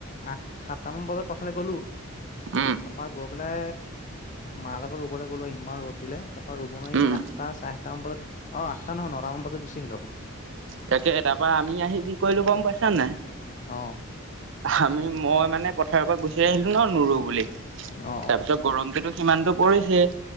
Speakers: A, on the left; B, on the right.
A: আঠ সাতটামান বজাত পাথালে গ'লো
B: উম
A: তাৰপা গৈ পেলাই মা লগ লগত ৰুবলৈ গ'লো ইমান ৰ'দ দিলে তাৰ পৰা ৰুবলৈ নোৱাৰি
B: উম
A: আঠটা চাৰে আঠটা মান বজাত অ', আঠটা নহয় নটা মান বজাত গুচি আহিলো আকৌ।
B: তাকে তাৰ পৰা আমি আহি কি কৰিলো গম পাইছা নাই?
A: অ
B: আমি মই মানে পথাৰৰ পৰা গুচি আহিলো ন নুৰুও বুলি। তাৰপিছত
A: অ
B: গৰম সেইটো সিমানতটো পৰিছেই